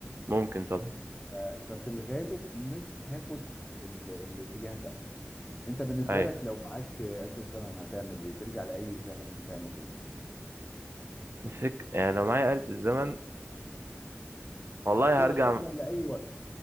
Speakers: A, on the right; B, on the left.
A: ممكن طبعا
B: ف- ففي الغالب مش هاخد ال- الاتجاه ده انت بالنسبة
A: ايوه
B: لك لو معاك آلة الزمن هتعمل ايه ترجع لأي زمن وتعمل ايه
A: الفكرة يعني لو معايا آلة الزمن والله
B: تقدر
A: هرجع
B: ترجع لأي وقت